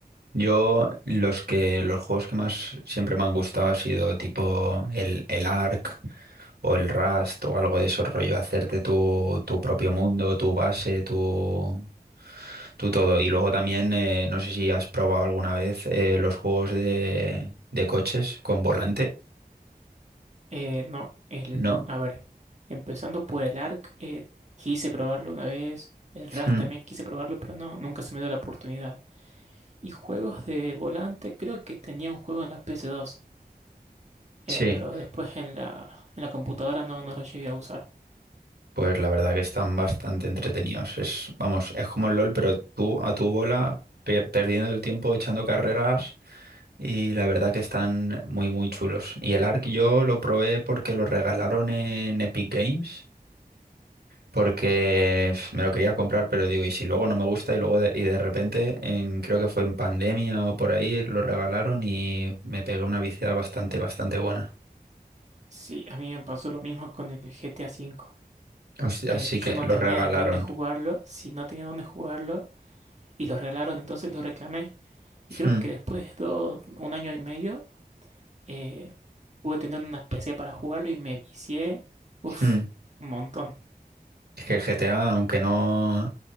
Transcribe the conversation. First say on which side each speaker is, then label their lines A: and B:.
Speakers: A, on the right; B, on the right.
A: Yo los que los juegos que más siempre me han gustado ha sido tipo el, el Ark o el Rust o algo de esos rollo, hacerte tu, tu propio mundo, tu base, tu, tu todo. Y luego también, eh, no sé si has probado alguna vez eh, los juegos de, de coches con volante,
B: Eh, no, el,
A: ¿no?
B: a ver, empezando por el ARC, eh, quise probarlo una vez, el RAS
A: Mm.
B: también quise probarlo, pero no, nunca se me dio la oportunidad. Y juegos de volante, creo que tenía un juego en la PS2, eh,
A: Sí,
B: pero después en la, en la computadora no, no lo llegué a usar.
A: pues la verdad que están bastante entretenidos. Es, vamos, es como el LOL, pero tú a tu bola, pe- perdiendo el tiempo, echando carreras, y la verdad que están muy, muy chulos. Y el Ark yo lo probé porque lo regalaron en Epic Games, porque pf, me lo quería comprar, pero digo, y si luego no me gusta, y luego de, y de repente, en- creo que fue en pandemia o por ahí, lo regalaron y me pegué una viciada bastante, bastante buena.
B: Sí, a mí me pasó lo mismo con el g GTA V.
A: Así
B: Eh,
A: así
B: yo
A: que
B: no
A: lo
B: tenía
A: regalaron.
B: en dónde jugarlo, si no tenía dónde jugarlo, y lo regalaron, entonces lo reclamé. Y creo
A: Hmm,
B: que después de dos, un año y medio, eh, Pude tener una PC para jugarlo y me vicié, uf,
A: hmm.
B: un montón.
A: Es que el GTA, aunque no,